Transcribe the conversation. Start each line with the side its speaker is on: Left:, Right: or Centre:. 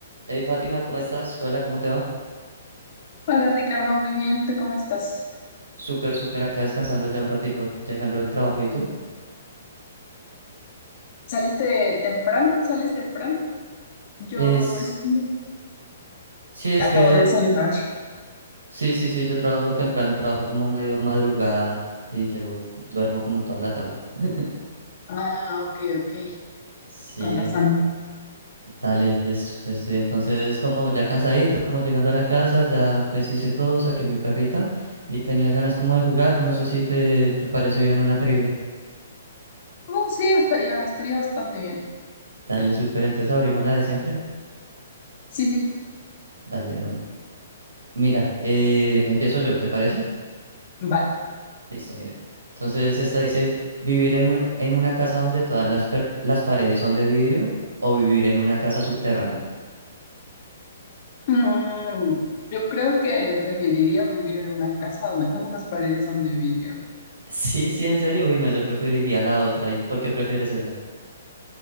Right: Hey Fátima, ¿cómo estás? Hola, ¿cómo te va?
Left: Hola Ricardo, muy bien, ¿tú cómo estás?
Right: Súper, súper acá descansando ya un ratico, llegando del trabajo. ¿Y tú?
Left: ¿Saliste temprano? ¿Sales temprano? Yo
Right: Es,
Left: estoy-
Right: sí, es
Left: acabo
Right: que,
Left: de desayunar.
Right: sí, sí, sí, yo trabajo temprano, trabajo como medio madrugada y llego, duermo como toda la tarde. <laughs>
Left: Ah, ok, ok,
Right: Sí,
Left: con razón.
Right: dale, es, estoy entonces como ya cansadito, como llegando a la casa, ya pues hice todo, saqué mi perrita y tenía ganas como de jugar. No sé si te, te parece bien una trivia.
Left: Oh, sí, estaría, estaría bastante bien.
Right: Dale, súper, entonces abrimos la de siempre.
Left: Sí, sí,
Right: Dale, de una. Mira, eh, empiezo yo, ¿te parece?
Left: vale.
Right: Listo, mira. Entonces esta dice, ¿vivir en una, ca- en una casa donde todas las, per- las paredes son de vidrio o vivir en una casa subterránea? <laughs>
Left: Mm, yo creo que preferiría vivir en una casa donde todas las paredes son de vidrio.
Right: Sí, sí, en serio. Uy, no, yo preferiría la otra. ¿Y por qué prefieres esa?